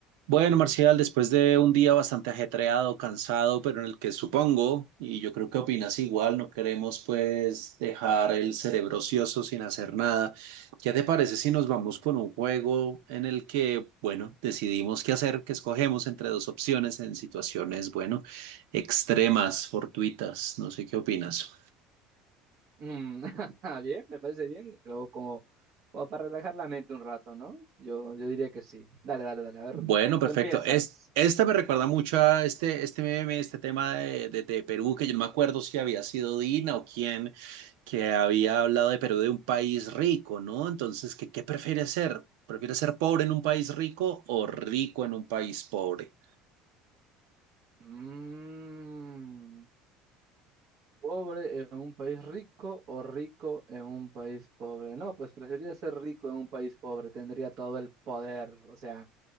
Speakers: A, on the right (about 85°); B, on the right (about 50°).
A: Bueno, Marcial, después de un día bastante ajetreado, cansado, pero en el que supongo, y yo creo que opinas igual, no queremos pues dejar el cerebro ocioso sin hacer nada. ¿Qué te parece si nos vamos con un juego en el que, bueno, decidimos qué hacer, que escogemos entre dos opciones en situaciones, bueno, extremas, fortuitas? No sé qué opinas.
B: Mm, <laughs> bien, me parece bien, pero como, como para relajar la mente un rato, ¿no? Yo, yo diría que sí. Dale, dale, dale. A ver,
A: Bueno, perfecto.
B: tú empiezas.
A: Es, esta me recuerda mucho a este, este meme, este tema de, de- de Perú, que yo no me acuerdo si había sido Dina o quién, que había hablado de Perú de un país rico, ¿no? Entonces, ¿qué, qué prefiere ser? ¿Prefiere ser pobre en un país rico o rico en un país pobre?
B: Mm, ¿pobre en un país rico o rico en un país pobre? No, pues preferiría ser rico en un país pobre, tendría todo el poder, o sea.